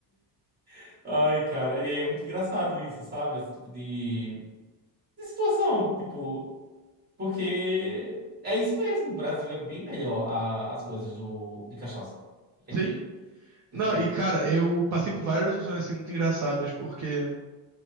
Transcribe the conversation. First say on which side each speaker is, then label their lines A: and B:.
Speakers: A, on the right; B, on the right.
A: <laughs> Ai, cara. E aí é muito engraçado isso, sabe? Esse tipo de, de situação, tipo. Porque é isso mesmo, o Brasil é bem melhor a- as coisas do, de cachaça. E aqui,
B: Sim.
A: desse
B: Não,
A: jeito.
B: e cara, eu passei por várias situações assim muito engraçadas, porque